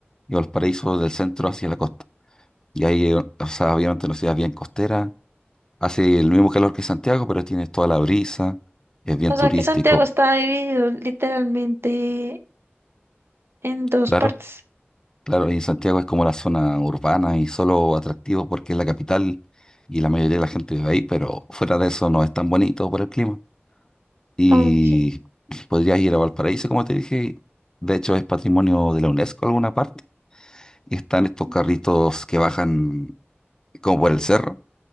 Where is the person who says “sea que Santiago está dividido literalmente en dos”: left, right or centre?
Right